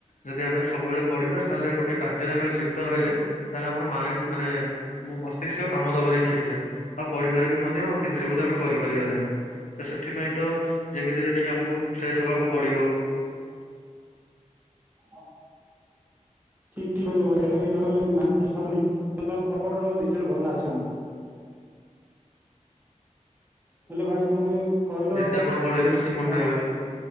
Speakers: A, on the left; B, on the right.
A: ଯଦି ଆମେ ସବୁବେଳେ ପଢିବା ତାହେଲେ ଗୋଟେ କାର୍ଯ୍ୟରେ ଆମେ ଲିପ୍ତ ରହିଲେ। ତାହେଲେ ଆମର ମାଇଣ୍ଡ ମାନେ ମୁଁ ମସ୍ତିଷ୍କ କାମ ଦବନି ଠିକ ସେ। ଆଉ ପଢିବାରେ ବି ମଧ୍ୟ କେନ୍ଦ୍ରୀଭୂତ ଆମେ କରିପାରିବା ନାହିଁ। ତ ସେଥିପାଇଁ ତ ଯେମିତି ହେଲେ ଟିକେ ଆମକୁ ଫ୍ରେସ୍ ହବାକୁ ପଡିବ।
B: ହଁ।
A: <inaudible>
B: ଠିକ ଠିକ କହିଲ ଭାଇ। ଖେଳ ଟି ନ କଲେ ମାଇଣ୍ଡ ଫ୍ରେସ୍ ହବନି। ତେଣୁ ତୋମ ପଟ ପଟର ମୋ ଡିଟେଲ ଭଲ ଆସେନି।
A: <inaudible>
B: ହେଲେ ଭାଇ ତୋମେ କହିଲ
A: ଯେତେ ଆପଣ ପଢିଲେ ବି କିଛି ମନେ
B: ହସ୍,
A: ରହିବନି